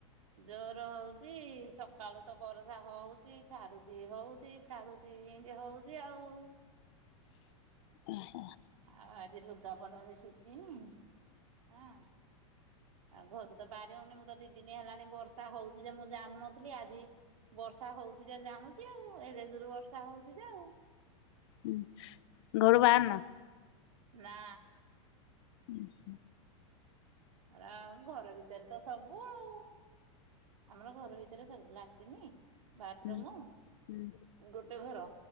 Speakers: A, on the right; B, on the left.
A: ଜୋରେ ହୋଉଚି ସକାଳୁ ତ ବରଷା ହୋଉଚି ଛାଡୁଚି ହୋଉଚି ଛାଡୁଚି ଏମତି ହୋଉଚି ଆଉ।
B: ଓହ
A: ଆଉ ଆଜି ଲୁଗାପଟା ବି ସୁକିନି ଆଁ ଆଉ ଘରୁ ତ ବାରି ହୋଉନି ମୁଁ ତ ଦିଦିନି ହେଲାଣି ବର୍ଷା ହୋଉଚି ଯେ ମୁଁ ଜାଣୁନଥୁଲି ଆଜି ବର୍ଷା ହେଉଚି ଯେ ଜାଣୁଚି ଆଉ ଏରେ ଜୁରେ ବର୍ଷା ହୋଉଚି ଯେ ଆଉ।
B: ହୁଁ ଘରୁ ବାହାରନ?
A: ନା।
B: ଉଁ ହୁଁ।
A: ହେରା ଆ ଘର ଭିତରେ ତ ସବୁ ଆଉ। ଆମର ଘର ଭିତରେ ସବୁ ଲାଟିନି ବାଥରୁମୁ
B: ହୁଁ ହୁଁ
A: ଗୋଟେ ଘର